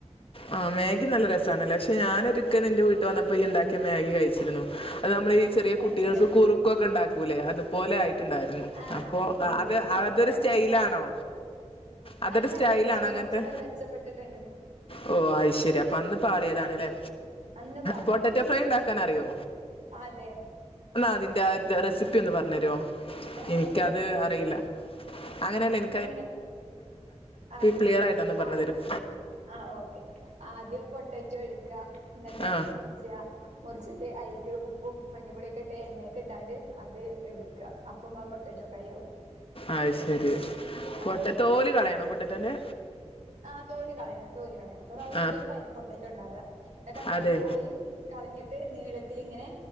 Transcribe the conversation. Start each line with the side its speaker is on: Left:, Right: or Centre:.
Left: ആ മാഗി നല്ല രസാണല്ലേ. പക്ഷെ ഞാനൊരുക്ക നിന്റെ വീട്ടി വന്നപ്പോ ഇയ്യ് ഇണ്ടാക്കിയ മാഗി കഴിച്ചിരുന്നു. അത് നമ്മളെ ഈ ചെറിയ
Right: കഴിച്ചിട്ട്
Left: കുട്ടികൾക്ക് കുറുക്കൊക്കെ ഇണ്ടാക്കൂല്ലേ അത് പോലെ ആയി ട്ട്ണ്ടായിരുന്നു
Right: ആ
Left: അപ്പോ
Right: അതെല്ലേ
Left: ആ അത്
Right: പിന്നെ
Left: അവര്ടൊരു
Right: പൊട്ടാറ്റോ
Left: സ്റ്റൈലാണോ
Right: ഫ്രൈസ്
Left: അതൊരു
Right: അല്ലല്ല
Left: സ്റ്റൈലാണൊ
Right: ഇപ്പൊ ഞാൻ
Left: അങ്ങൻത്തെ
Right: കുറച്ചൂടെ മെച്ചപ്പെട്ടിട്ടുണ്ട്
Left: ഓ അത് ശരി അപ്പൊ അന്ന് പാളിയതാണ്ലെ.
Right: അന്ന് പാളിയതാണ്
Left: പൊട്ടാറ്റോ ഫ്രൈ ഇണ്ടാക്കാനറിയോ?
Right: അതെ
Left: അതിന്റെ ആ ത് റെസിപ്പി ഒന്ന് പറഞ്ഞെരോ
Right: എണ്ണേക്കിട്ട
Left: എനിക്കത് അറിയില്ല. അങ്ങനെയല്ല ഇൻ
Right: എണ്ണെ അറിയൂലലെ.
Left: ക്ലിയർ ആയിട്ടൊന്ന് പറഞ്ഞു
Right: ആഹ്
Left: തരും
Right: ആഹ് ഓക്കെ. ആദ്യം പൊ ട്ടചു എടുക്ക എന്നിട്ട്
Left: ആ
Right: അത് മുറിച്ചാ മുറിച്ചിട്ട് ഐക്ക് ഉപ്പും മഞ്ഞ പൊടിയൊക്കെ ഇ മറ്റേ എണ്ണയൊക്കെ ഇട്ടോണ്ട് അത് എടുക്കുക അപ്പം അത് പൊട്ടറ്റോഫ്രൈയാവും
Left: അത് ശരി പൊട്ട
Right: അതെ
Left: തോല് കളയണം പൊട്ടറ്റൻ്റെ
Right: ആ തോല്കളയണം തോല് കളയണം റൗണ്ട്
Left: ആ
Right: ഷേപ്പ് ആയിരിക്കും പൊട്ടറ്റോ ഉണ്ടാവുക എന്നിട്ട് നമ്മള്
Left: അതെ
Right: തോല് കളഞ്ഞിട്ട് നീളത്തി ഇതിലിങ്ങനെ